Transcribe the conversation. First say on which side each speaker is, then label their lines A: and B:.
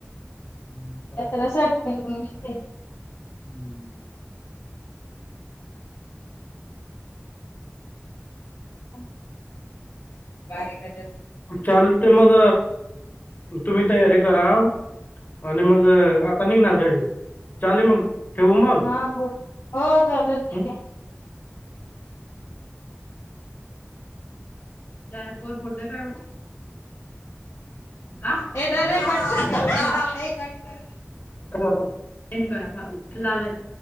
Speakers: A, on the left (about 50°); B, on the left (about 85°).
A: हम्म.
B: यात्रासाठी <unintelligible>
A: हम्
B: <unintelligible> बारीक ह्याज्यात
A: चालते मग तुम्ही तयारी करा आणि मग आता निघणार घरी चालेल मग ठेवू मग
B: हा हो हो चालेल ठीक
A: हम्म
B: आहे
A: डायपर फोडले काय काय
B: हे धर रे धर
A: झालं
B: ये कट कर
A: करा